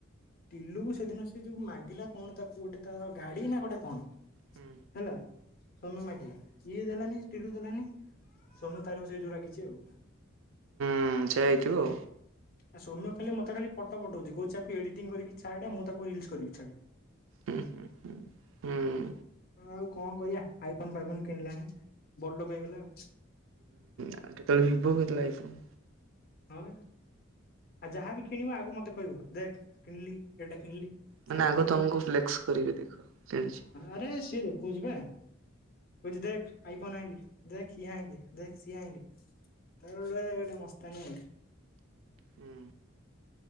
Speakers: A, on the left (about 45°); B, on the right (about 75°).
A: ତିଲୁ ସେଦିନ ସେ ଯୋଉ ମାଗିଲା କଣ ତାକୁ ଗୋଟେ ତାର ଗାଡି ନା ଗୋଟେ କଣ?
B: ହୁଁ
A: ହେଲା ସୌମ୍ୟ ମାଗିଲା ଇଦଲାନି ଟିଲୁ ଦେଲାନି। ସୌମ୍ୟ ତାରି ଉପରେ ସେଇ ଯୋଉ ରାଗିଛି ଆଉ।
B: ହଁ ସେଆ ହେଇଥିବ ଆଉ।
A: ଆ ସୌମ୍ୟ କାଲି ମତେ ଖାଲି ଫଟୋ ପଠଉଛି କଉକୁ ଏଡିଟିଂ କରିକ ଛା ମୁଁ ତାକୁ ରିଲ କରି ଛାଡେ।
B: ହୁଁ ହୁଁ ହୁଁ ହୁଁ
A: ଆଉ କଣ କରିବାଆ ଆଇଫୋନ ଫାଇଫୋନ କିଣିଲାଣି ବଡଲୋକ ହେଇଗଲା ଆଉ।
B: ଆଉ କେତେବେଳେ ଭିଭୋ କେତେବେଳେ ଆଇଫୋନ୍।
A: ହଁ ଆଉ ଯାହାବି କିଣିବ ଆଗ ମତେ କହିବ ଦେଖ କିଣିଲି ଏଇଟା କିଣିଲି।
B: ମାନେ
A: ସେଇଟା
B: ଆଗ
A: କିଣିଲି
B: ତମକୁ ଫ୍ଲେକ୍ସ କରିବି ଦେଖ କିଣିଛି।
A: ଆରେ ସିଏ ଦେଖାଉଛି ବା ବୁଛି ଦେଖ ଆଇ ଫୋନ ଆଇଲିି ଦେଖ ଇଏ ଆଇଲି ଦେଖ ସିଏ ଆଇଲି। ତବେେ ଗୋଟେ ମସ୍ତାନୀ ଆ
B: ହୁଁ